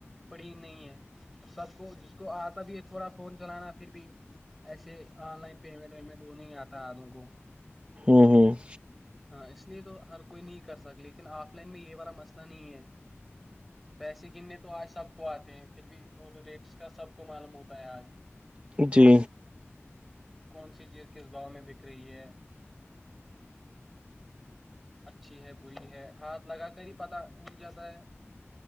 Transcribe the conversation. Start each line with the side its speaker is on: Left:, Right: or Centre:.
Centre: پڑی نہیں ہے سب کو جس کو آتا بھی ہے تھوڑا فون چلانا پھر بھی ایسے آن لائن پیمنٹ ویمنٹ وہ نہیں آتا آدوں کو
Right: ہوں ہوں
Centre: ہاں اس لیے تو ہر کوئی نہیں کر سک لیکن آف لائن میں یہ والا مسئلہ نہیں ہے پیسے گننے تو آج سب کو آتے ہیں پھر بھی ریٹس کا سب کو معلوم ہوتا ہے آج
Right: جی
Centre: کون سی چیز کس بااں میں بک رہی ہے اچھی ہے بری ہے ہاتھ لگا کر ہی پتا اگ جاتا ہے